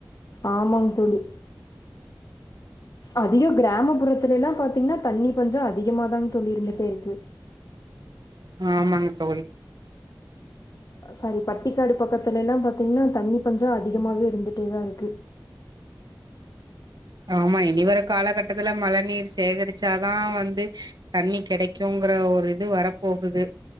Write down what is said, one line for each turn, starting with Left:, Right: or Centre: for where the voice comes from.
Left: ஆமாங் தோழி அதிகு க்ரமப்புறத்துலல்லா பாத்திங்னா தண்ணி பஞ்ச அதிகமாதாங் தோழி இருந்துட்டே இருக்கு
Right: ஆமாங்க தோழி
Left: சாரி பட்டிக்காடு பக்கத்துலல்லா பாத்தீங்னா தண்ணி பஞ்சோ அதிகமாவே இருந்துட்டேதா இருக்கு
Right: ஆமா இனி வரு காலகட்டத்துல மழ நீர் சேகரிச்சாதா வந்து தண்ணி கெடைக்குங்ற ஒரு இது வரப்போகுது